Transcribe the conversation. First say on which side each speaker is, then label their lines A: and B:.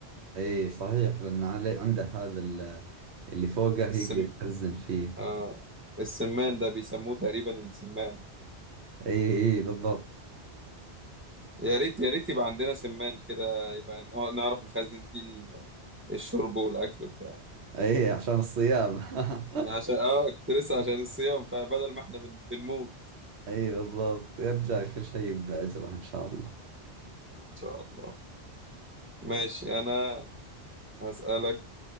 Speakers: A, on the right; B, on the right.
A: اي صحيح لأنه علي- عنده هذا ال- اللي فوقه
B: السم...
A: يقدر يخزن فيه
B: اه السمان ده بيسموه تقريبا السمان
A: اي اي بالضبط
B: يا ريت يا ريت يبقى عندنا سمان كده يبقى نع- نعرف نخزن فيه ال- الشرب والاكل بتاع
A: اي عشان الصيام <laughs>
B: عشان اه كنت لسه عشان الصيام فبدل ما احنا بن... بنموت
A: اي بالضبط يرجع كل شيء بأجره إن شاء الله
B: ان شاء الله ماشي انا هسألك